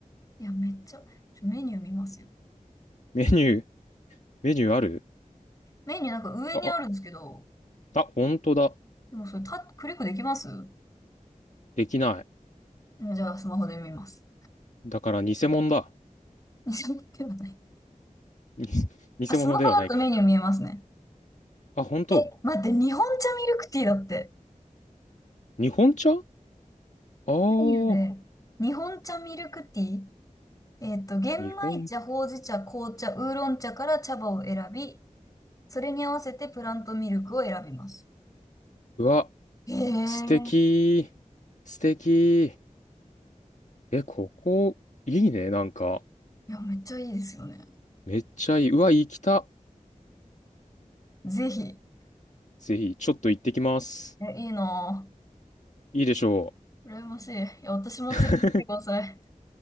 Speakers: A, on the left; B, on the left.
A: いや、めっちゃ、ちょ、メニュー見ますよ。
B: メニュー、メニューある
A: メニューなんか上にあるんですけど、
B: あ、あ、あ、ほんとだ。
A: でもそれ、タッ、クリックできます
B: できない。
A: あじゃあ、スマホで見ます。
B: だから偽物だ。
A: <laughs> スマホではない。
B: に <laughs>
A: あ、
B: 偽物ではないか。
A: スマホだとメニュー見えますね。
B: あ、本当。
A: え、待って、日本茶ミルクティーだって。
B: 日本茶あ
A: メニューで、
B: あ、
A: 日本茶ミルクティー、えっと、玄米茶、
B: 日本。
A: ほうじ茶、紅茶、ウーロン茶から茶葉を選び、それに合わせてプラントミルクを選びます。
B: うわ、
A: へえ、
B: 素敵。
A: い
B: 素敵。え、ここ、いいね、なんか。
A: や、めっちゃいいですよね。
B: めっちゃいい。うわ、行きた。
A: ぜひ。
B: ぜひ、ちょっと行ってきます。
A: え、いいな
B: いいでしょ
A: ぁ。羨ましい。いや、私も連れてってください。
B: う。<laughs>